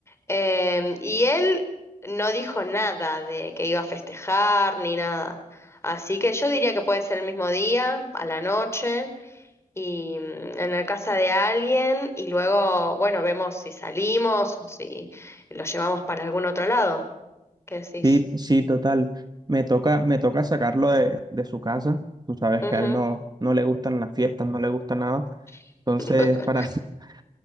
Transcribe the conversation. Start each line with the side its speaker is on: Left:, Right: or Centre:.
Left: Em, y él no dijo nada de que iba a festejar ni nada. Así que yo diría que puede ser el mismo día, a la noche, y mm, en la casa de alguien, y luego, bueno, vemos si salimos o si lo llevamos para algún otro lado. ¿Qué decís?
Right: Sí, sí, total. Me toca, me toca sacarlo de, de su casa. Tú sabes
Left: Ujú.
Right: que a él no, no le gustan las fiestas, no le gusta nada.
Left: <laughs>
Right: Entonces, para, <laughs>